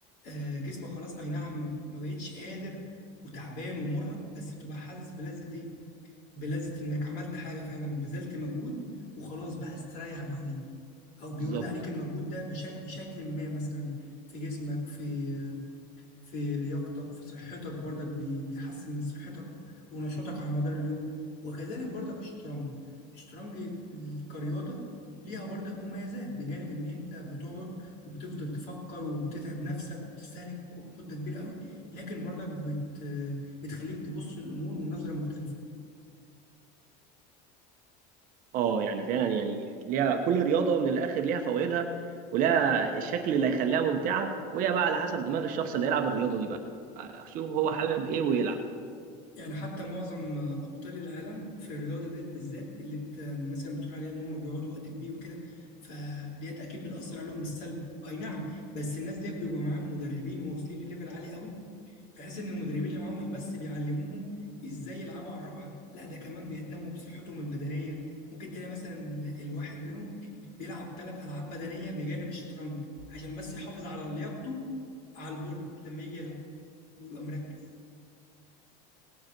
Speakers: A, on the left (about 50°); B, on the right (about 40°).
A: آه جسمك خلاص اي نعم ما ما بقتش قادر وتعبان ومرهق بس بتبقى حاسس بلذة ايه بلذة انك عملت حاجة فعلا بذلت مجهود وخلاص بقى استريح بعدين او بيعود
B: بالظبط
A: عليك المجهود ده بش- بشكل ما مثلا في جسمك في في لياقتك في صحتك برضك بي- بيحسن من صحتك ونشاطك على مدار اليوم وكذلك برضك الشطرنج الشطرنج كرياضة ليها برضك مميزات بجانب ان انت بتقعد وبتفضل تفكر وبتتعب نفسك وبتستهلك مدة كبيرة قوي لكن برضك بت بتخليك تبص للامور من نظرة مختلفة
B: اه يعني فعلا يعني ليها كل رياضه من الاخر ليها فوائدها ولها الشكل اللي هيخليها ممتعه وهي بقى على حسب دماغ الشخص اللي هيلعب الرياضه دي بقى شوف هو حابب ايه ويلعب
A: يعني حتى معظم ابطال العالم في الرياضه ديت بالذات اللي انت مثلا بتقول عليها ان هم بيقعدوا وقت كبير وكده فديت اكيد بتاثر عليهم بالسلب اي نعم بس الناس ديت بيبقى معاهم مدربين وواصلين لليفل عالي قوي بحيث ان المدربين اللي معاهم مش بس بيعلموهم ازاي يلعبوا على الرقعه لا ده كمان بيهتموا بصحتهم البدنيه ممكن تلاقي مثلا الواحد منهم بيلعب ثلاث العاب بدنيه بجانب الشطرنج عشان بس يحافظ على لياقته على البورد لما يجي يلعب ويبقى مركز